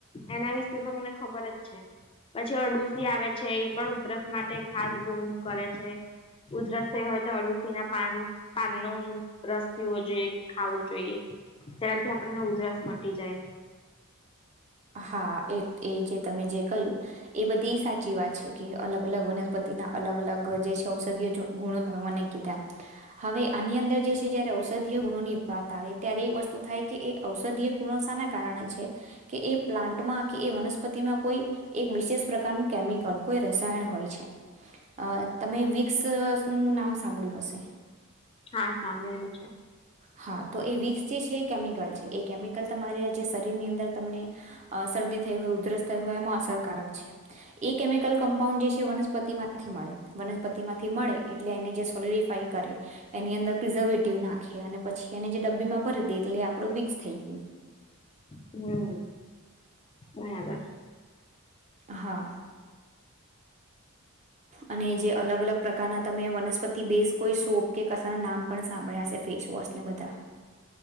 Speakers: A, on the left; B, on the right.
A: એના વિશે તો મને ખબર જ છે. પછી અરડુસી આવે છે, એ પણ ઉધરસ માટે <unintelligible> કરે છે ઉધરસ થઈ હોય તો અરડુસીના પાન... પાનનું રસ પીવો જોઈએ કે ખાવું જોઈએ. તેનાથી આપણને ઉધરસ મટી જાય.
B: હા એ એ જે તમે જે.... કહ્યું. એ બધી સાચી વાત છે કે અલગ અલગ વનસ્પતિ ના અલગ અલગ જે છે ઔષધિય ગુણો તમે મને.... કીધા. હવે આની અંદર જે છે જયારે ઔષધીય ગુણોની વાત આવે ત્યારે એક વસ્તુ થાય કે એ ઔષધીય... ગુણો શાના કારણે છે કે એ પ્લાન્ટમાં કે એ વનસ્પતિમાં કોઈ... એક વિશેષ પ્રકારનું કેમિકલ કોઈ રસાયણ હોય છે. અ તમે વિક્સનું નામ સાંભળ્યું હશે.
A: હા સાંભળ્યું છે.
B: હા તો એ વિક્સ જે છે એ કેમિકલ છે. એ કેમિકલ તમારે જે શરીરની અંદર... તમને અ શરદી થઈ હોય ઉધરસ થઈ હોય એમાં અસરકારક છે. એ કેમિકલ કમ્પાઉન્ડ જે છે વનસ્પતિ માંથી જ મળે વનસ્પતિ માંથી મળે એટલે એને જે <unintelligible> કરે એની અંદર પ્રિઝર્વેટિવ નાખીએ અને પછી એને જે ડબ્બીમાં ભરી દઈએ એટલે આપણું વિક્સ થઈ ગયું.
A: હમ્મ બરાબર
B: હા અને જે અલગ અલગ પ્રકારના તમે વનસ્પતિ બેઝ કોઈ શોપ કે કશા ના નામ પણ સાંભળ્યાશે હશે ફેસવોશ ને બધા